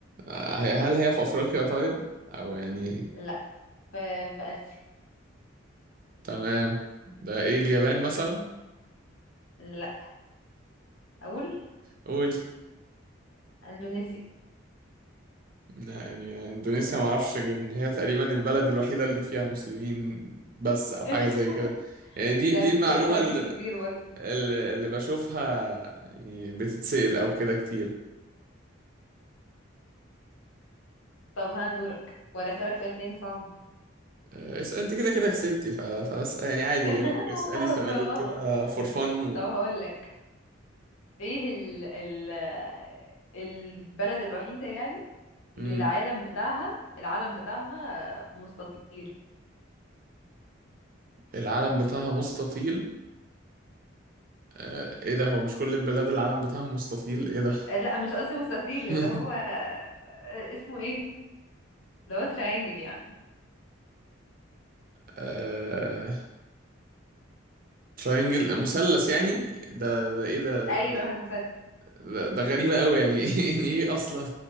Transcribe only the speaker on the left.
لا في... في آسيا
لا أقول
أندونيسيا
<laughs>
لا
بس
فيها براكين
كتير برضه
طب ها دورك ولا أسألك سؤال تاني صعب
<laughs>
هو خلاص
بقى اه
طب هقول لك ايه ال ال البلد الوحيدة يعني
اللي العالم بتاعها العالم بتاعها مستطيل
لا مش قصدي مستطيل
اللي هو آه، اسمه ايه اللي هو تراينجل يعني
ايوه مسدس